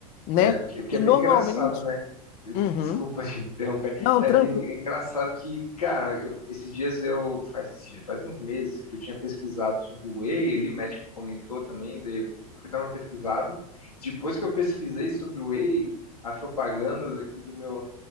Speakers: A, on the left (about 45°); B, on the left (about 80°).
A: né?
B: É porque, porque
A: E
B: é
A: normalmente,
B: bem engraçado, né? <laughs>
A: Uhum.
B: Desculpa te interromper.
A: Não,
B: É
A: tranquilo.
B: que é engraçado que, cara, eu- esses dias eu faz esses dias, faz uns meses que eu tinha pesquisado sobre o whey, ali o médico comentou também, daí eu, eu fui dar uma pesquisada. Depois que eu pesquisei sobre o whey, as propagandas aqui do meu